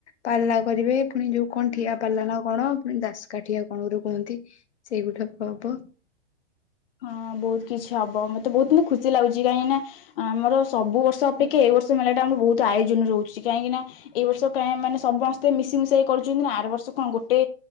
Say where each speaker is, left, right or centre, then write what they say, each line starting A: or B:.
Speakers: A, on the left; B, on the left.
A: ପାଲା କରିବେ ପୁଣି ଯୋଉ କଣ ଠିଆ ପାଲା ନା କଣ ପୁଣି ଦାସକାଠିଆ କଣ କର କୁହନ୍ତି ସେଇଗୋଟାକ ହବ
B: ହଁ ବହୁତ କିଛି ହବ ମତେ ବହୁତ ମ ଖୁସି ଲାଗୁଛି କାହିଁକି ନା ଆମର ସବୁ ବର୍ଷ ଅପେକ୍ଷା ଏଇ ବର୍ଷ ମେଳା ଟା ଆମର ବହୁତ ଆୟୋଜନ ରହୁଛି କାହିଁକି ନା ଏଇ ବର୍ଷ ମାନେ ସମସ୍ତେ ମିଶିମ ମିଶାଇ କରୁଛନ୍ତି ନା ଆର ବର୍ଷ କଣ ଗୋଟେ